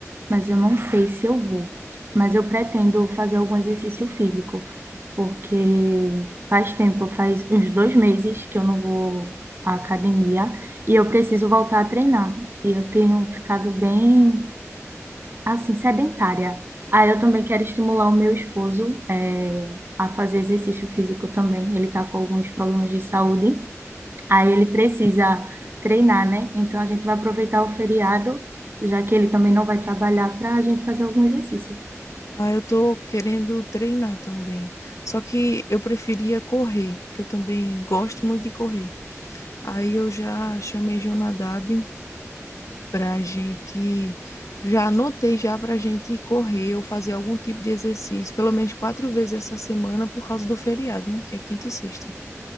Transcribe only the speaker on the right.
mas eu não sei se eu vou. Mas eu pretendo fazer algum exercício físico, porque faz tempo, faz uns dois meses que eu não vou à academia e eu preciso voltar a treinar. E eu tenho ficado bem, assim, sedentária. Aí eu também quero estimular o meu esposo, eh, a fazer exercício físico também. Ele está com alguns problemas de saúde. Aí ele precisa treinar, né? Então a gente vai aproveitar o feriado, já que ele também não vai trabalhar, para a gente fazer algum exercício.